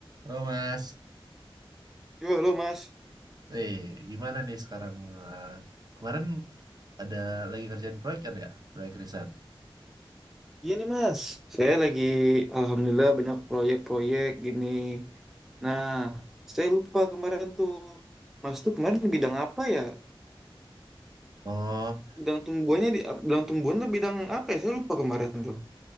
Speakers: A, on the right (about 45°); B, in the centre.
A: Oh Mas,
B: Yo, halo Mas.
A: eh gimana nih sekarang? eh, kemarin ada lagi kerjaan proyek kan ya, proyek riset.
B: Iya nih Mas, saya lagi alhamdulillah banyak proyek-proyek gini. Nah, saya lupa kemarin tuh, Mas tuh kemarin di bidang apa ya?
A: Oh,
B: Bidang tumbuhannya di ap- bidang tumbuhan tuh bidang apa ya? Saya lupa kemarin tuh.